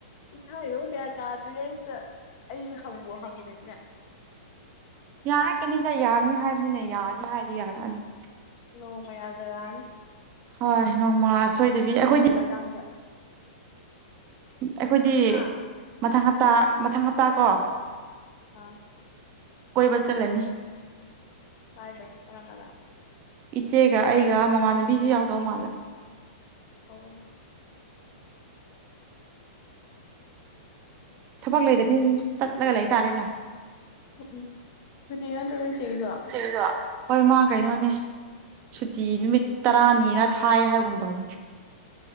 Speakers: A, on the left; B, on the right.
A: ꯏꯁꯥ ꯍꯒꯌꯥ ꯇꯥ ꯇꯨ ꯌꯦꯟ ꯑꯩ ꯍꯪꯕꯣ ꯍꯪꯉꯦꯅꯦ
B: ꯌꯥꯔꯛꯀꯅꯤꯗ ꯌꯥꯅꯤ ꯍꯥꯏꯕꯅꯤꯅ ꯌꯥꯔꯅꯤ ꯍꯥꯏꯗꯤ ꯌꯥꯔꯛꯑꯅꯤꯪ
A: ꯅꯣꯡꯃꯩ ꯌꯥꯖꯔꯥꯟ
B: ꯍꯣꯏ ꯅꯣꯡꯃꯥ ꯁꯣꯏꯗꯕꯤ
A: ꯑꯩꯅ
B: ꯑꯩꯈꯣꯏꯗꯤ
A: ꯇꯜꯂꯀꯥꯟꯗ
B: ꯑꯩꯈꯣꯏꯗꯤ
A: ꯍꯥ
B: ꯃꯊꯪ ꯍꯞꯇꯥ ꯃꯊꯪ ꯍꯞꯇꯥ ꯀꯣ
A: ꯑ
B: ꯀꯣꯏꯕ ꯆꯠꯂꯅꯤ
A: ꯀꯥꯏꯗ ꯇꯅꯥꯒꯗ
B: ꯏꯆꯦꯒ ꯑꯩꯒ ꯃꯃꯥꯟꯅꯕꯤꯁꯨ ꯌꯥꯎꯗꯧ ꯃꯥꯜꯂꯦ
A: ꯑꯣ
B: ꯊꯕꯛ ꯂꯩꯗꯕꯤꯅꯤꯅ ꯑꯗꯨꯝ ꯆꯠꯂꯒ ꯂꯩꯇꯥꯥꯔꯦꯅ
A: ꯎꯝ ꯑꯗꯨ ꯊꯤꯅ ꯇꯧ ꯆꯖ ꯋꯥ
B: ꯁꯤꯁꯨ ꯍꯣꯏ ꯃꯥ ꯀꯩꯅꯣꯅꯦ ꯁꯨꯇꯤ ꯅꯨꯃꯤꯠ ꯇꯔꯥꯅꯤꯔꯥ ꯊꯥꯏ ꯍꯥꯏꯕꯒꯨꯝ ꯇꯧꯕꯅꯤ